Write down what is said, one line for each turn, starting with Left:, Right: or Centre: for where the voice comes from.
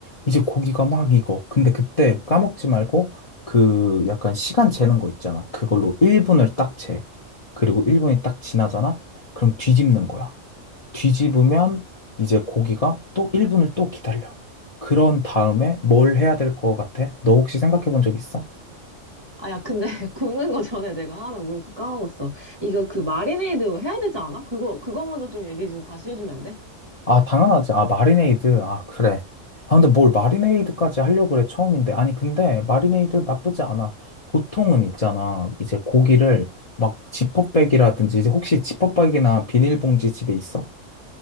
Left: 이제 고기가 막 익어. 근데 그때 까먹지 말고 그 약간 시간 재는 거 있잖아. 그걸로 1분을 딱 재. 그리고 1분이 딱 지나잖아? 그럼 뒤집는 거야. 뒤집으면 이제 고기가 또 1분을 또 기다려. 그런 다음에 뭘 해야 될 것 같아? 너 혹시 생각해 본 적 있어?
Right: 아, 야, 근데 <laughs> 굽는 거 전에 내가 하나 물어볼고 까먹었어. 이거 그 마리네이드 해야 되지 않아? 그거, 그거 먼저 좀 얘기 좀 다시 해주면 안 돼?
Left: 아, 당연하지. 아, 마리네이드. 아, 그래. 아, 근데 뭘 마리네이드까지 하려고 그래, 처음인데. 아니, 근데 마리네이드 나쁘지 않아. 보통은 있잖아. 이제 고기를 막 지퍼백이라든지, 이제 혹시 지퍼백이나 비닐봉지 집에 있어?